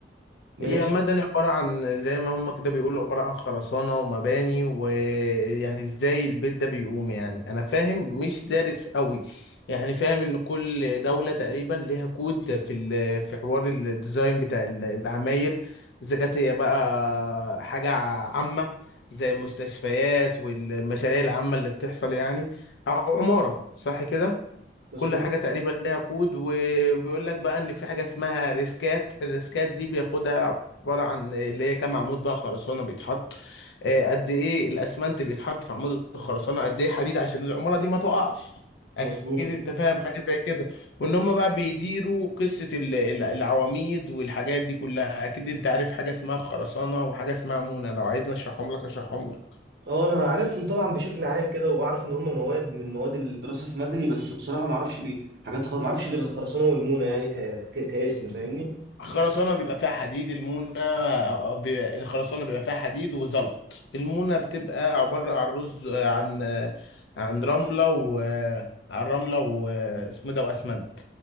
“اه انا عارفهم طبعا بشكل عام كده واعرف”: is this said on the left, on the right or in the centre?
Right